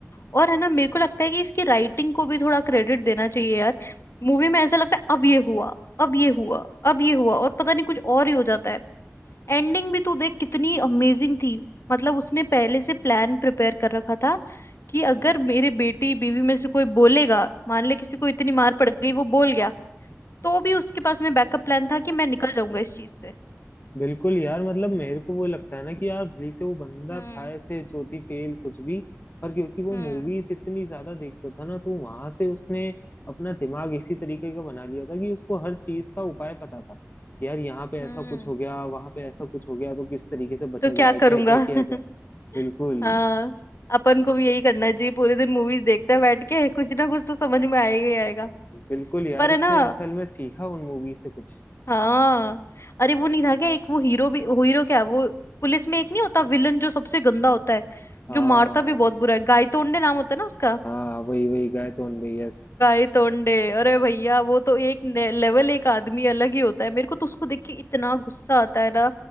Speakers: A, on the left (about 55°); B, on the left (about 40°).
A: और है ना मेरे को लगता है कि इसकी राइटिंग को भी थोड़ा क्रेडिट देना चाहिए यार मूवी में ऐसा लगता है अब ये हुआ अब ये हुआ अब ये हुआ और पता नहीं कुछ और ही हो जाता है एंडिंग भी तू देख कितनी अमेजिंग थी मतलब उसने पहले से प्लान प्रिपेयर कर रखा था कि अगर मेरे बेटी बीवी में से कोई बोलेगा मान ले किसी को इतनी मार पड़ गई वो बोल गया तो भी उसके पास में बैकअप प्लान था कि मैं निकल जाऊंगा इस चीज से
B: बिल्कुल यार मतलब मेरे को वो लगता है ना कि यार भली से वो बंदा
A: हम्म
B: था ऐसे चौथी फेल कुछ भी पर क्योंकि वो
A: हम्म
B: मूवीज इतनी ज्यादा देखता था ना तो वहां से उसने अपना दिमाग इसी तरीके का बना लिया था कि उसको हर चीज का उपाय पता था यार यहाँ पे
A: हम्म
B: ऐसा कुछ हो गया वहां पे ऐसा कुछ हो गया तो किस तरीके से बचा
A: तो
B: जाए
A: क्या
B: क्या
A: करूंगा
B: क्या किया
A: <laughs>
B: जाए बिल्कुल
A: हाँ अपन को भी यही करना चाहिए पूरे दिन मूवीज देखते हैं बैठ के कुछ ना कुछ तो समझ में आएगा ही आएगा
B: बिल्कुल यार
A: पर
B: उसने
A: है ना
B: असल में सीखा उन मूवी से कुछ
A: हाँ अरे वो नहीं था क्या एक वो हीरो भी वो हीरो क्या वो पुलिस में एक नहीं होता विलन जो सबसे गंदा होता है
B: हाँ
A: जो मारता भी बहुत बुरा है गायतोंडे नाम होता है ना उसका
B: हाँ वही वही गाय तो अंधे यस
A: गायतोंडे अरे भैया वो तो एक ने- लेवल एक आदमी अलग ही होता है मेरे को तो उसको देख के इतना गुस्सा आता है ना